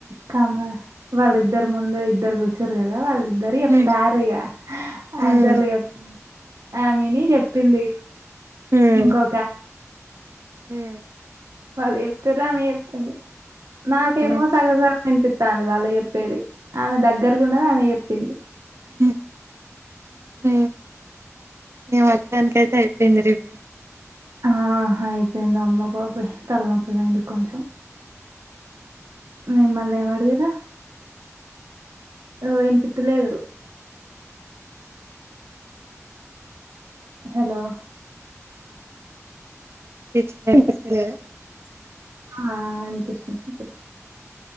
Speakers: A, on the right; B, on the right.
A: కామ వాళ్ళు ఇద్దరు ముందు ఇద్దరు కూూచారు కదా వాళ్ళు ద్దరి ఎప్
B: హ్మ్
A: తార ఇగ
B: హ్మ్
A: అంతాల ఎప్ ఆమెని చెప్పింది
B: హ్మ్
A: ఇంకొక
B: హ్మ్
A: వాళ్ళు చెప్తురమే చెప్ప్పింది నాకేమో
B: ఆహా
A: సగ సగ వినిపిత్తంది వాళ్ళ చెప్పేది ఆమె దగ్గరండది ఆమె చెప్పింది
B: ఉమ్ ఇక మొత్తానికి అయితే అయిపింది రివ్యూ
A: ఆ అయిపోయింది అమ్మ బాబోయ్ తలనొప్పి పోయింది కొంచెం మిమ్మల్ళ ఏం అడిగరా ఓ ఇన్పితలేదు హలో
B: <unintelligible>
A: ఆ ఇన్పిస్తుంది ఇప్పుడు